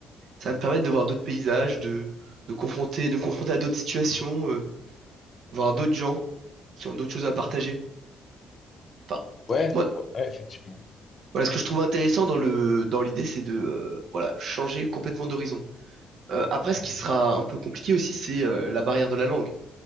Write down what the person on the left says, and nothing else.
Ouais,
ouais, ouais, effectivement.